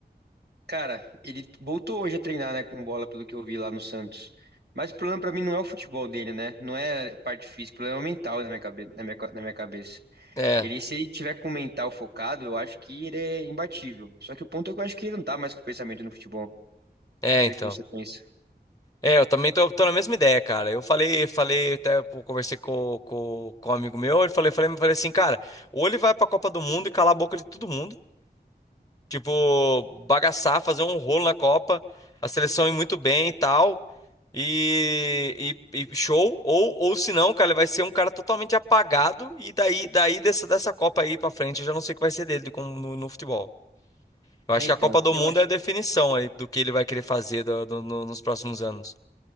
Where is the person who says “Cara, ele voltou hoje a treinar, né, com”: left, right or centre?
Right